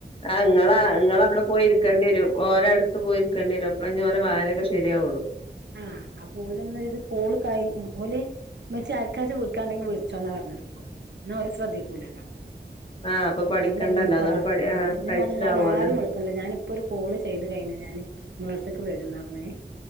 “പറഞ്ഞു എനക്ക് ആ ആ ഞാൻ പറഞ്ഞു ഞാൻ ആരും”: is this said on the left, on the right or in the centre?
Right